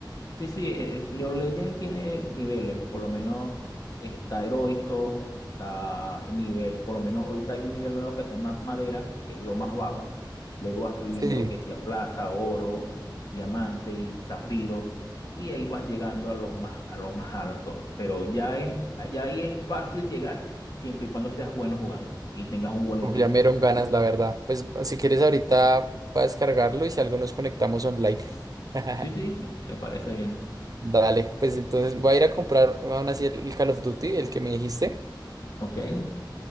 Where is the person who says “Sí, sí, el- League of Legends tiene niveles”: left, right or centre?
Left